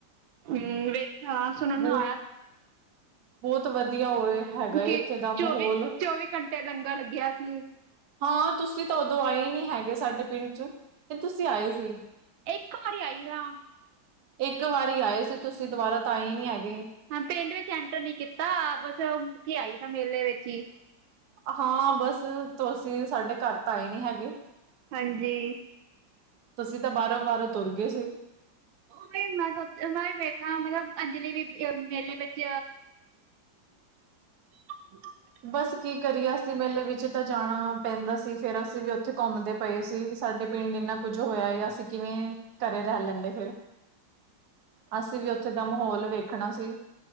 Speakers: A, on the right; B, on the right.
A: ਹਮ, ਵੇਖਿਆ ਸੁਣਨ
B: ਬਹੁ
A: ਨੂੰ ਆਇਆ ਸੀ।
B: ਬਹੁਤ ਵਧੀਆ ਹੋਵੇ ਹੈਗਾ
A: ਕਿ
B: ਇੱਥੇ ਦਾ ਮਾਹੌਲ
A: ਚੌਵੀ ਚੌਵੀ ਘੰਟੇ ਲੰਗਰ
B: <inaudible>
A: ਲੱਗਿਆ ਸੀ
B: ਹਾਂ, ਤੁਸੀਂ ਤਾਂ ਉਦੋਂ ਆਏ ਨੀ ਹੈਗੇ ਸਾਡੇ ਪਿੰਡ 'ਚ' ਤੇ ਤੁਸੀਂ ਆਏ ਸੀ?
A: ਇੱਕ ਮਰਿਆਈ ਸਾਂ।
B: ਇੱਕ ਵਾਰੀ ਆਏ ਸੀ ਤੁਸੀਂ ਦੁਬਾਰਾ ਤਾਂ ਆਏ ਨੀ ਹੈਗੇ।
A: ਹਾਂ ਪਿੰਡ ਵਿੱਚ ਐਂਟਰ ਨੀ ਕੀਤਾ ਬਸ ਉੱਥੇ ਆਈ ਸਾਂ ਮੇਲੇ ਵਿੱਚ ਹੀ।
B: ਹਾਂ, ਬਸ ਤੁਸੀਂ ਸਾਡੇ ਘਰ ਤਾਂ ਆਏ ਨੀਂ ਹੈਗੇ।
A: ਹਾਂਜੀ।
B: ਤੁਸੀਂ, ਤਾਂ ਬਾਹਰੋ-ਬਾਹਰੋ ਤੁਰ ਗਏ ਸੀ।
A: ਉਹ ਵੀ, ਮੈਂ ਸੋਚ ਮੈਂ ਵੀ ਵੇਖਾਂ‌ ਮਤਲਬ ਅੰਜਲੀ ਬੀਬੀ ਮੇਲੇ ਵਿੱਚ <inaudible>
B: ਬਸ ਕੀ ਕਰੀਏ, ਅਸੀਂ ਮੇਲੇ ਵਿੱਚ ਤਾਂ ਜਾਣਾ ਪੈਂਦਾ ਸੀ ਫੇਰ ਅਸੀਂ ਵੀ ਉੱਥੇ ਘੁੰਮਦੇ ਪਏ ਸੀ ਸਾਡੇ ਪਿੰਡ ਇੰਨਾ ਕੁੱਝ ਹੋਇਆ ਏ ਅਸੀਂ ਕਿਵੇਂ ਘਰੇ ਰਹਿ ਲੈਂਦੇ ਫਿਰ ਅਸੀਂ ਵੀ ਉੱਥੇ ਦਾ ਮਾਹੌਲ ਵੇਖਣਾ ਸੀ।